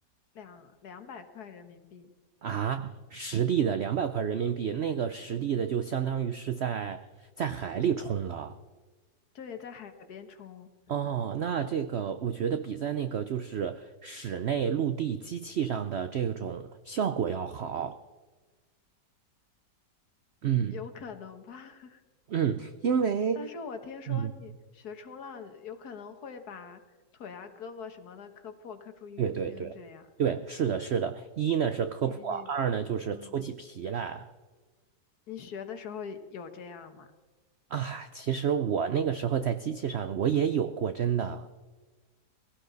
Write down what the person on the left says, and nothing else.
两两百块人民币。
对，在海边冲，
有可能吧？<laughs>
但是我听说你学冲浪有可能会把腿啊、胳膊什么的磕破、磕出淤青这样。
你你嗯，你学的时候有这样吗？